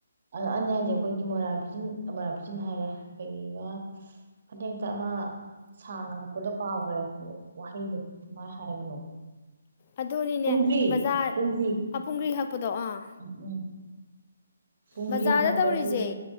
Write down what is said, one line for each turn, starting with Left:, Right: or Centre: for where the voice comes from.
Right: ꯑꯗꯣ ꯑꯅꯤ ꯑꯟꯁꯦ ꯑꯩꯈꯣꯏꯒꯤ ꯃꯣꯏꯔꯥꯡ ꯐꯤꯆꯤꯟ ꯃꯣꯏꯔꯥꯡ ꯐꯤꯆꯤꯟ ꯍꯥꯏꯔꯦ ꯀ ꯐꯅꯦꯛꯇ ꯑꯃ ꯁꯥꯡꯅ ꯍꯥꯠꯄꯗꯣ ꯀꯥꯎꯈ꯭ꯔꯦ ꯋꯥꯍꯩꯗꯣ ꯁꯃꯥꯏꯅ ꯍꯥꯏꯕꯅꯣ
Left: ꯑꯗꯨꯅꯤꯅꯦ
Right: ꯄꯨꯡꯒ꯭ꯔꯤ
Left: ꯕꯖꯥꯔ
Right: ꯄꯨꯡꯒ꯭ꯔꯤ
Left: ꯑꯄꯨꯡꯒ꯭ꯔꯤ ꯍꯛꯄꯗꯣ ꯑꯥ
Right: ꯎꯝ ꯎꯝ ꯄꯨꯡꯒ꯭ꯔꯤ
Left: ꯕꯖꯥꯔꯗ
Right: ꯍꯥꯞꯄꯗꯨꯗ
Left: ꯇꯧꯔꯤꯁꯦ